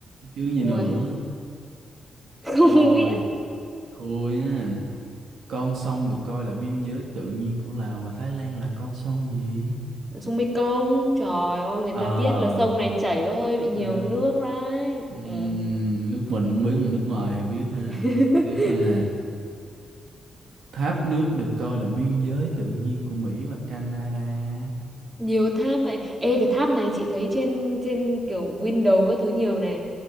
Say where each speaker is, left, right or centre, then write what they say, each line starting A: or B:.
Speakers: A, on the right; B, on the right.
A: chứ gì
B: Ui,
A: nữa
B: <laughs>
A: rồi
B: không biết
A: thua nha con sông được coi là biên giới tự nhiên của Lào và Thái Lan là con sông gì
B: sông Mekong trời ơi người
A: à
B: ta biết là sông này chảy có hơi bị nhiều
A: ok.
B: nước đấy
A: Ừm,
B: ừ.
A: nước mình không biết, nước ngoài thì biết ha.
B: <laughs>
A: Tiếp nè. Tháp nước được coi là biên giới tự nhiên của Mỹ và Canada.
B: nhiều tháp vậy ê cái tháp này chị thấy trên trên kiểu window các thứ nhiều này